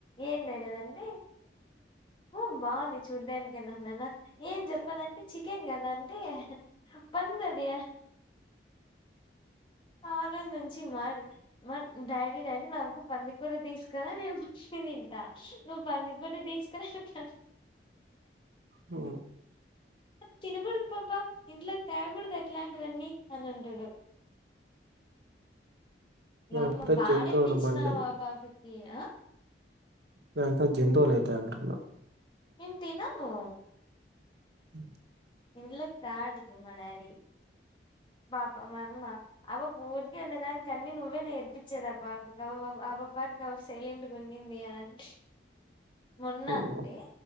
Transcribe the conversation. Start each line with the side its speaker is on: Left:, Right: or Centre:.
Left: ఏం డాడీ అదంటే ఉమ్ బాగుంది చూడ్డానికి అన్నాన ఏం చెప్పదన్ చికెన్ గద అంటె పందది ఆ రోజు నుంచి మర్ మర్ డాడీ డాడీ నాకు పంది కూడా తీసుకురా నేను ముచ్చి తింటా నువ్వు పంది కూర తీసుకునిరా
Right: ఓ
Left: తినకూడదు పాప ఇంట్లో కి తేకూడదు అట్లాంటివన్నీ అని అంటాడు మమ్మ
Right: మేమంతా
Left: బాగా
Right: జంతువులు
Left: నేర్పించినావ్
Right: మళ్ళీ
Left: ఆ పాపకి ఆ
Right: నువ్ అయితే జంతువులు అయితే అంటున్నా
Left: మేము తినము
Right: అ
Left: ఇంలకి తాడు మా డాడీ పాపం మా అమ్మ అవ పూర్ అనే దానికి అన్నీ నువ్వే నేేర్పించేది అబ్బా ఆ పాప ఆ పాపపాటికి సైలెంట్క ఉన్నింది అని అన్ ట మొన్న
Right: ఉమ్,
Left: అంతే